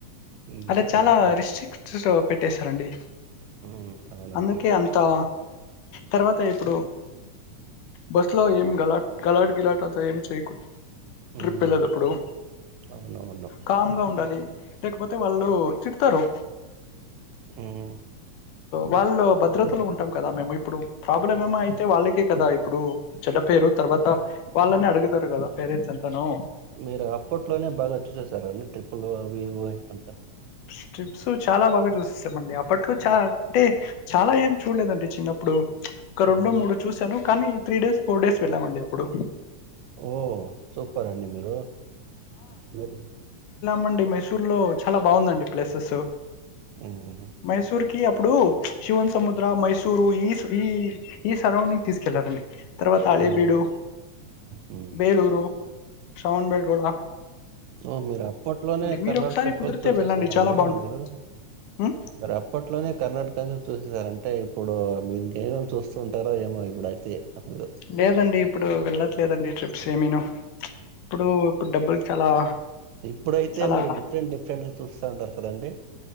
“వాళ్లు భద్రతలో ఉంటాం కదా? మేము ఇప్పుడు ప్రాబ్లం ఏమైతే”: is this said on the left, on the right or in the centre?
Left